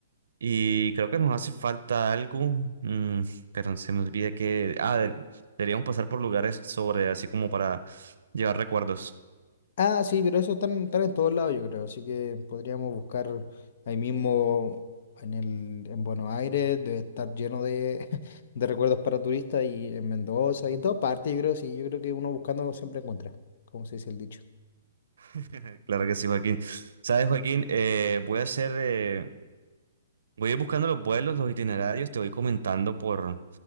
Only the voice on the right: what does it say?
Y creo que nos hace falta algo, mm, pero se me olvida que... Ah, de- deberíamos pasar por lugares sobre, así como para llevar recuerdos.
<laughs> Claro que sí, Joaquín. Sabes, Joaquín, Eh, voy a hacer, eh, voy a ir buscando los vuelos, los itinerarios, te voy comentando por,